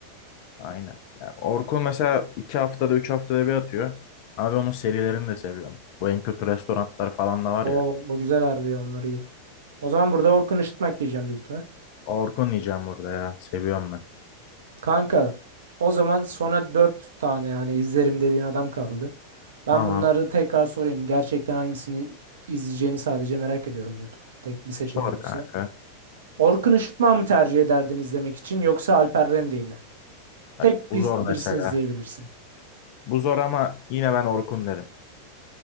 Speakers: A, on the left; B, on the right.
A: Aynen. Yani Orkun mesela iki haftada üç haftada bir atıyor. Ama ben onun serilerini de seviyorum. Bu en kötü restoranlar falan da var
B: O,
A: ya.
B: o güzel harbi onları iyi. O zaman burada Orkun Işıtmak diyeceğim büyük ihtimal.
A: Orkun diyeceğim burada ya. Seviyorum ben.
B: Kanka o zaman sona 4 tane yani izlerim dediğin adam kaldı. Ben
A: Tamam.
B: bunları tekrar sorayım. Gerçekten hangisini izleyeceğini sadece merak ediyorum YouTube'da tek bir seçeneğin
A: Sor
B: olsa.
A: kanka.
B: Orkun Işıtma mı tercih ederdin izlemek için yoksa Alper Rende'yi mi?
A: Bak
B: Tek
A: bu
B: bir,
A: zor
B: birisini
A: mesela.
B: izleyebilirsin.
A: Bu zor ama yine ben Orkun derim.